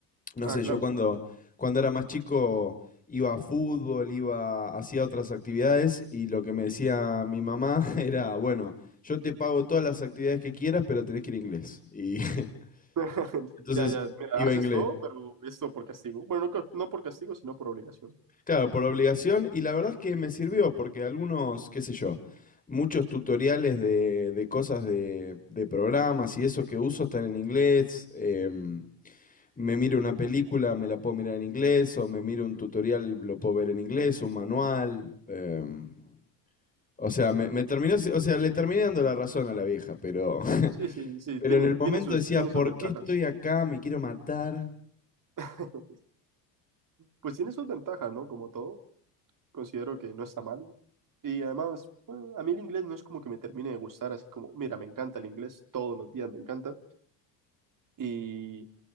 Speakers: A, on the left (about 15°); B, on the right (about 40°).
A: no
B: ah,
A: sé,
B: claro.
A: yo cuando, cuando era más chico iba a fútbol, iba, hacía otras actividades y lo que me decía mi mamá <laughs> era, bueno, yo te pago todas las actividades que quieras, pero tenés que ir a inglés. Y
B: <laughs>
A: <laughs> entonces
B: Ya, ya, mira,
A: iba
B: haces
A: a inglés.
B: todo, pero esto por castigo. Bueno, no, co- no por castigo, sino por obligación.
A: Claro, por obligación, y la verdad es que me sirvió, porque algunos, qué sé yo, muchos tutoriales de, de cosas de, de programas y eso que uso están en inglés. em, me miro una película, me la puedo mirar en inglés, o me miro un tutorial, lo puedo ver en inglés, un manual. em, o sea, me, me terminó, si- o sea, le terminé dando la razón a la vieja, pero, <laughs>
B: Sí, sí, sí,
A: pero
B: tiene,
A: en el
B: tiene
A: momento
B: sus,
A: decía,
B: tiene
A: ¿por
B: sus ventajas.
A: qué estoy acá? Me quiero matar.
B: <laughs> Pues tiene sus ventajas, ¿no? Como todo, considero que no está mal. Y además, bueno, a mí el inglés no es como que me termine de gustar, así como, mira, me encanta el inglés, todos los días me encanta. Y